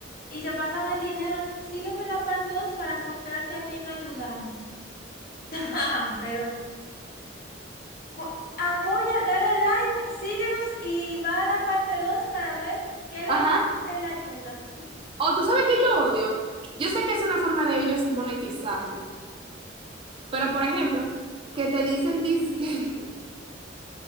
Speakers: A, on the left; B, on the right.
A: Y se pasan el dinero. Sígueme la parte 2 para mostrarte a quién ayudamos. <laughs> Pero cu- apoya, dale like, síguenos y va a la parte 2 para ver qué le
B: Ajá.
A: dices en la ayuda.
B: O tú sabes que yo odio. Yo sé que es una forma de ellos monetizarlo, pero por ejemplo, que te dicen disque,